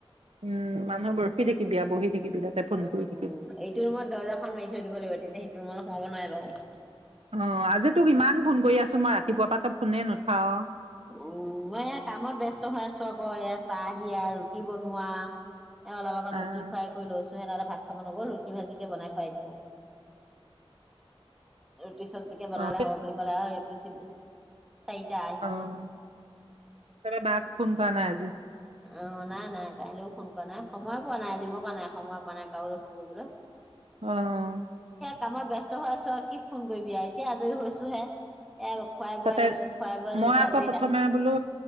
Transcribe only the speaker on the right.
উম মানুহবোৰ ৰখি থাকিবি আও, বহি থাকিবি তাতে। ফোন
কৰি থাকিবি
অঁ! আজি তোক ইমান ফোন কৰি আছোঁ মই ৰাতিপুৱা পৰা ত‌ই ফোনে নুঠাৱ?
আহ
অ
অ তাৰপৰা বাক ফোন কৰা নাই আজি?
অঁ!
তাতে
মই
আকৌ
প্ৰথমে
বোলো